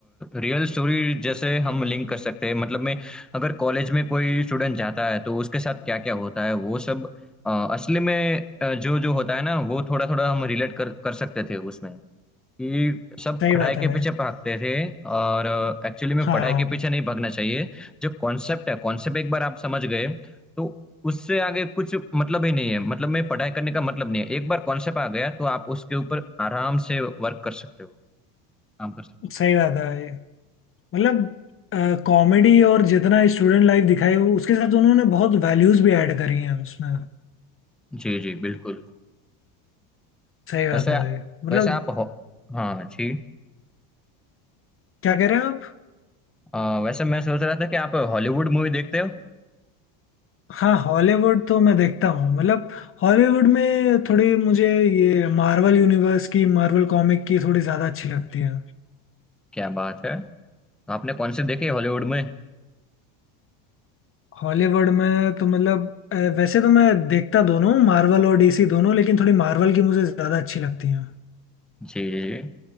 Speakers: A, in the centre; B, on the left (about 30°).
A: रियल स्टोरी जैसे हम लिंक कर सकते हैं मतलब मैं अगर कॉलेज में कोई स्टूडेंट जाता है तो उसके साथ क्या क्या होता है वो सब अ, असली में अ, जो जो होता है ना वो थोड़ा थोड़ा हम रिलेट कर कर सकते थे उसमें कि सब
B: सही
A: पढ़ाई
B: बात
A: के
B: है भाई
A: पीछे भागते थे और एक्चुअली में
B: हाँ
A: पढ़ाई के पीछे नहीं भागना चाहिए जो कॉन्सेप्ट है कॉन्सेप्ट एक बार आप समझ गए तो उससे आगे कुछ मतलब ही नहीं है मतलब मैं पढ़ाई करने का मतलब नहीं है एक बार कॉन्सेप्ट आ गया तो आप उसके ऊपर आराम से वर्क कर सकते हो काम कर सकते
B: सही बात है भाई मतलब कॉमेडी और जितना स्टूडेंट लाइफ दिखाई वो- उसके साथ उन्होंने बहुत वैल्यूज भी ऐड करी हैं उसमें
A: जी जी बिल्कुल
B: सही बात
A: वैसे
B: है भाई मतलब
A: वैसे आप हो हाँ जी
B: क्या कह रहे हैं आप
A: अ, वैसे मैं सोच रहा था कि आप हॉलीवुड मूवी देखते हो
B: हाँ हॉलीवुड तो मैं देखता हूँ मतलब हॉलीवुड में थोड़ी मुझे ये मार्वल यूनिवर्स की मार्वल कॉमिक की थोड़ी ज़्यादा अच्छी लगती है
A: क्या बात है तो आपने कौन सी देखी है हॉलीवुड में
B: हॉलीवुड में तो मतलब अ, वैसे तो मैं देखता दोनों हूँ, मार्वल और डीसी दोनों लेकिन थोड़ी मार्वल की मुझे ज़्यादा अच्छी लगती है
A: जी जी जी।